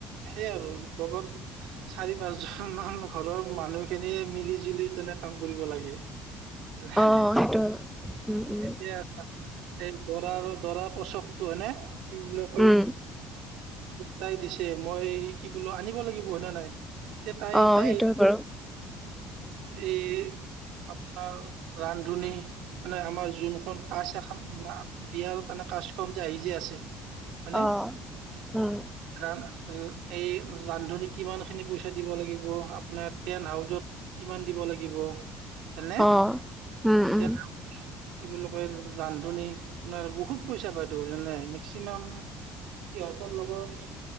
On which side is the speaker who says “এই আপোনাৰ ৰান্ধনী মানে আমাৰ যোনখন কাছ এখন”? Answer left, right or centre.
Right